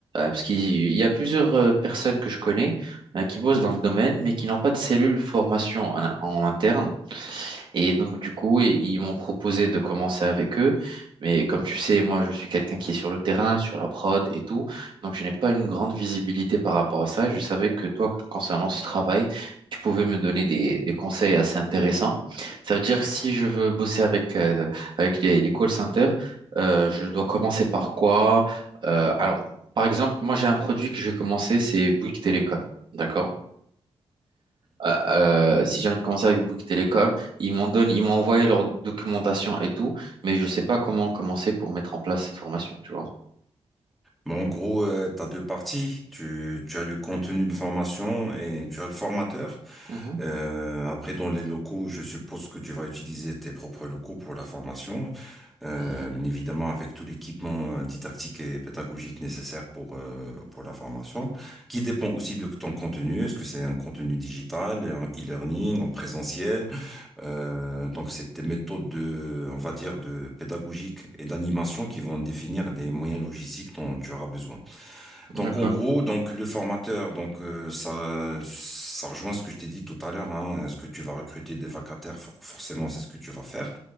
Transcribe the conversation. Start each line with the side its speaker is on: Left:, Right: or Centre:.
Right: parce qu'il y a plusieurs euh, personnes que je connais euh, qui bossent dans le domaine, mais qui n'ont pas de cellule formation en en interne Et donc, du coup, i- ils m'ont proposé de commencer avec eux. Mais comme tu sais, moi, je suis quelqu'un qui est sur le terrain, sur la prod et tout. Donc, je n'ai pas une grande visibilité par rapport à ça. Je savais que toi, concernant ce travail, tu pouvais me donner des, des conseils assez intéressants. Ça veut dire que si je veux bosser avec, euh, avec les, les call centers, euh, je dois commencer par quoi? Euh, alors, par exemple, moi, j'ai un produit que je vais commencer, c'est Bouygues Télécom. D'accord? euh, euh, si j'ai envie de commencer avec Bouygues Télécom, ils m'en donnent, ils m'ont envoyé leur documentation et tout, mais je ne sais pas comment commencer pour mettre en place cette formation, tu vois.
Centre: Mais en gros, tu as deux parties. Tu, tu as le contenu de formation et tu as le formateur.
Right: Mhm.
Centre: Euh, après, dans les locaux, je suppose que tu vas utiliser tes propres locaux pour la formation. Euh,
Right: Mhm.
Centre: bien évidemment, avec tout l'équipement euh, didactique et pédagogique nécessaire pour, euh, pour la formation, qui dépend aussi de ton contenu. Est-ce que c'est un contenu digital, en e-learning, en présentiel? Euh, donc, c'est des méthodes de, on va dire, de pédagogique et d'animation qui vont définir les moyens logistiques dont tu auras besoin. Donc,
Right: D'accord.
Centre: en gros, donc le formateur, donc euh, ça, ça rejoint ce que je t'ai dit tout à l'heure. Hein, ce que tu vas recruter des vacataires, for- forcément, c'est ce que tu vas faire